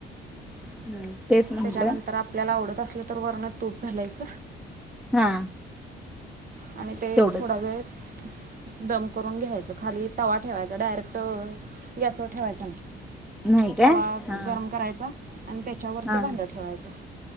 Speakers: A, in the centre; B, on the right.
A: हम्म तेच म्हटलं
B: त्याच्यानंतर आपल्याला आवडत असल तर वरणात तूप घालायच
A: हा
B: आणि ते
A: तेवढंच
B: थोडा वेळ दम करून घ्यायच खाली तवा ठेवायचा डायरेक्ट गॅसवर ठेवायचा नाय.
A: नाही काय
B: तवा
A: हा
B: गरम करायचा आणि त्याच्यावर
A: हा
B: ते भांड ठेवायच